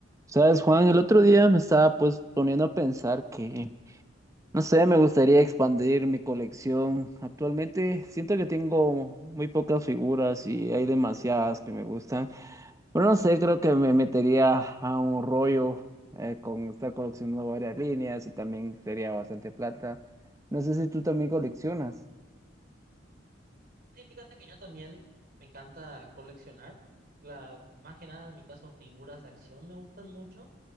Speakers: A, on the right (about 15°); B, on the right (about 55°).
A: Sabes, Juan, el otro día me estaba pues poniendo a pensar que, no sé, me gustaría expandir mi colección. Actualmente siento que tengo muy pocas figuras y hay demasiadas que me gustan. Pero no sé, creo que me metería a un rollo eh, con estar coleccionando varias líneas y también sería bastante plata. No sé si tú también coleccionas.
B: Sí, fíjate que yo también me encanta coleccionar, la, más que nada en mi caso figuras de acción me gustan mucho